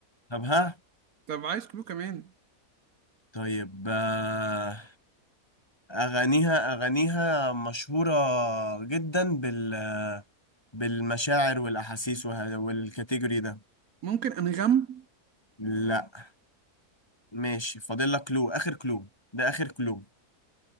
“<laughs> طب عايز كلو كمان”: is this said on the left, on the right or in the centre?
Right